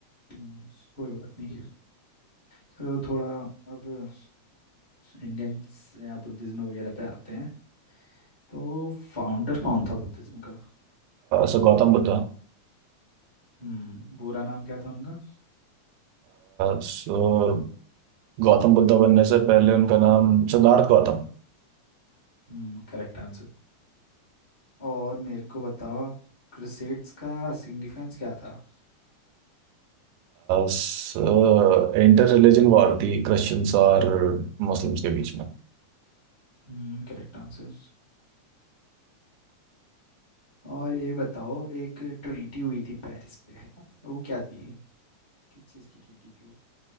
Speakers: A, on the left (about 30°); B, on the right (about 85°).
A: हम्म, कोई बात नहीं चलो थोड़ा अब इंडियंस या बुद्धिज्म वगैरह पे आते हैं तो फाउंडर कौन था बुद्धिज्म का
B: So Gautam Buddha
A: हम्म पूरा नाम क्या था उनका
B: So Gautam Buddha बनने से पहले उनका नाम Siddharth Gautam
A: हम्म करेक्ट आंसर। और मेरे को बताओ क्रुसेड्स का सिग्निफिकेंस क्या था
B: So inter religion war थी क्रिश्चियंस और मुस्लिम्स के बीच में
A: हम्म करेक्ट आंसर और ये बताओ एक ट्रीटी हुई थी पेरिस पे वो क्या थी किस चीज़ की ट्रीटी थी वो